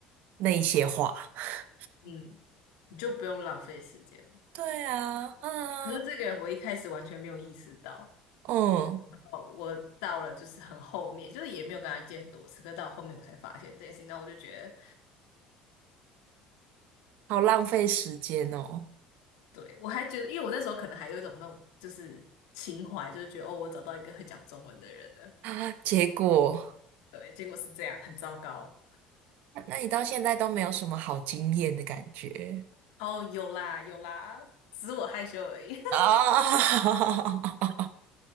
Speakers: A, on the right; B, on the left.
A: 那一些话。<laughs>
B: 嗯，你就不用浪费时间了。
A: 对啊，啊，
B: 可是这个人我一开始完全没有意识到，
A: 嗯，
B: 哦，我到了就是很后面，就是也没有跟他见很多次，可是到后面我才发现这件事情，那我就觉得。
A: 好浪费时间哦。
B: 对，我还觉得，因为我那时候可能还有一种那种就是情怀，就是觉得哦，我找到一个会讲中文的人了，
A: 啊，结果，
B: 对，结果是这样，很糟糕。
A: 那你到现在都没有什么好经验的感觉
B: 哦，有啦有啦，只是我害羞而已。<laughs>
A: 啊？<laughs>